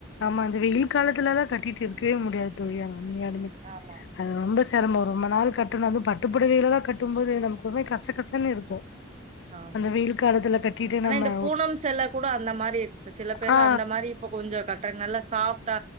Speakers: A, on the left; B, on the right.
A: ஆமா அந்த வெயில் காலத்துல எல்லா கட்டிட்டு இருக்கவே முடியாது தோழி உண்மையாலுமே
B: ஆமா
A: அது ரொம்ப செரமோ ரொம்ப நாள் கட்டணு அதுவு பட்டுப் புடவயளலா கட்டு போது நமக்கு ஒரு மாதிரி கச கசன்னு இருக்கு
B: ஆமா
A: அந்த வெயில் காலத்துல கட்டிட்டு
B: ஆனா
A: நம்ம
B: இந்த பூனம் செல்ல கூட அந்த மாரி இரு சில பேர்
A: ஆ
B: அந்த மாரி இப்ப கொஞ்சோ கட்ற்றதுனால சாஃப்ட்டா